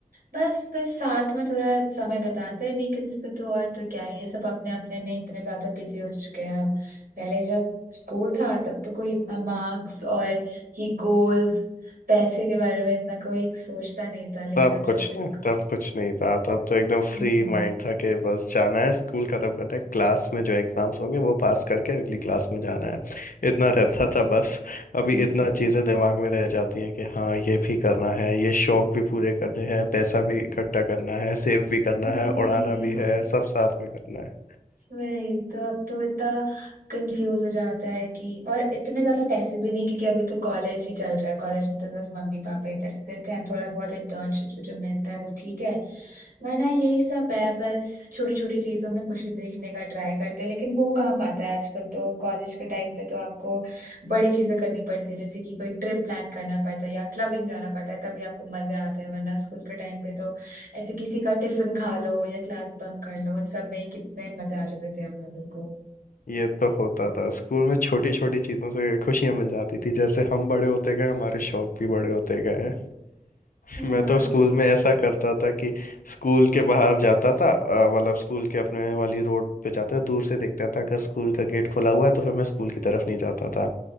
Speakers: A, on the right; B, on the left.
A: बस बस साथ में थोड़ा समय बताते हैं वीकेंड्स पे तो और तो क्या ही है सब अपने अपने में इतने ज्यादा बिजी हो चुके हैं अब पहले जब स्कूल था तब तो कोई इतना मार्क्स और ये गोल्स पैसे के बारे में इतना कोई सोचता नहीं था लेकिन
B: तब
A: अब
B: कुछ
A: जब से
B: नहीं तब कुछ नहीं था तब तो एकदम फ्री
A: हम्म
B: माइंड था कि बस जाना है स्कूल खत्म करना है क्लास में जो एग्जाम्स होंगे वो पास करके अगली क्लास में जाना है इतना रहता था बस अभी
A: हम्म
B: इतना चीज़ें दिमाग में रह जाती हैं कि हाँ ये भी करना है ये शौक भी पूरे करने हैं पैसा भी इकट्ठा करना है सेव भी करना
A: हम्म,
B: है
A: पर
B: उड़ाना
A: ये
B: भी है सब साथ में करना है
A: वही तो अब तो इतना कंफ्यूज हो जाता है कि और इतने ज्यादा पैसे भी नहीं क्योंकि अभी तो कॉलेज ही चल रहा है कॉलेज में तो बस मम्मी पापा ही पैसे देते हैं थोड़ा बहुत इंटर्नशिप से जो मिलता है वो ठीक है वरना यही सब है बस छोटी छोटी चीजों में खुशी देखने का ट्राई करते हैं लेकिन हो कहाँ पाता है आजकल तो कॉलेज के टाइम पे तो आपको बड़ी चीजें करनी पड़ती है जैसे कि कोई ट्रिप प्लान करना पड़ता है या क्लबिंग जाना पड़ता है तभी आपको मजे आते हैं वरना स्कूल के टाइम पे तो ऐसे किसी का टिफिन खा लो या क्लास बंक कर लो उन सब में कितने मजे आ जाते थे हम लोगों को
B: ये तो होता था स्कूल में छोटी छोटी चीज़ों से खुशियाँ मिल जाती थी जैसे हम बड़े होते गए हमारे शौक भी बड़े होते गए
A: है
B: मैं
A: ना
B: तो स्कूल में ऐसा करता था कि स्कूल के बाहर जाता था अ, मतलब स्कूल के अपने वाली रोड पे जाता था दूर से देखता था अगर स्कूल का गेट खुला हुआ है तो फिर मैं स्कूल की तरफ नहीं जाता था